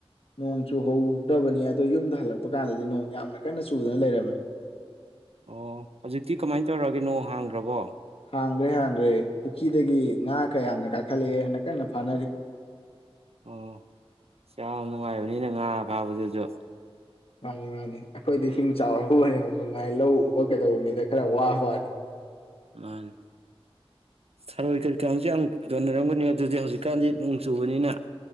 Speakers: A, on the left; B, on the right.
A: ꯅꯣꯡ ꯆꯨꯍꯧꯗꯕꯅꯤ ꯑꯗꯣ ꯌꯨꯝꯗ ꯍꯜꯂꯛꯄ ꯀꯥꯟꯗꯗꯤ ꯅꯣꯡ ꯌꯥꯝꯅ ꯀꯟꯅ ꯆꯨꯗꯅ ꯂꯩꯔꯝꯃꯦ꯫
B: ꯑꯣ ꯍꯧꯖꯤꯛꯇꯤ ꯀꯃꯥꯏꯅ ꯇꯧꯔꯒꯦ ꯅꯣꯡ ꯍꯥꯡꯒ꯭ꯔꯕꯣ꯫
A: ꯍꯥꯡꯒ꯭ꯔꯦ ꯍꯥꯡꯒ꯭ꯔꯦ ꯄꯨꯈꯤꯗꯒꯤ ꯉꯥ ꯀꯌꯥꯝꯅ ꯀꯥꯈꯠꯂꯛꯑꯦꯅ ꯀꯟꯅ ꯐꯥꯅꯔꯤ꯫
B: ꯑꯣ ꯌꯥꯝ ꯅꯨꯡꯉꯥꯏꯕꯅꯤꯅ ꯉꯥ ꯐꯥꯕꯗꯨꯁꯨ꯫
A: ꯃꯥꯅꯤ ꯃꯥꯅꯤ ꯑꯩꯈꯣꯏꯗꯤ ꯏꯁꯤꯡ ꯆꯥꯎꯔ ꯑꯣꯏꯅ ꯅꯨꯡꯉꯥꯏ ꯂꯧ ꯎꯕ ꯀꯩꯗꯧꯕ ꯃꯤꯗ ꯈꯔ ꯋꯥꯕ ꯋꯥꯅꯤ꯫
B: ꯃꯥꯅꯤ ꯊꯔꯣꯏ ꯀꯔꯤ ꯀꯔꯥꯁꯨ ꯌꯥꯝ ꯌꯣꯟꯅꯔꯝꯒꯅꯤ ꯑꯗꯨꯗꯤ ꯍꯧꯖꯤꯛꯀꯥꯟꯗꯤ ꯅꯣꯡ ꯆꯨꯕꯅꯤꯅ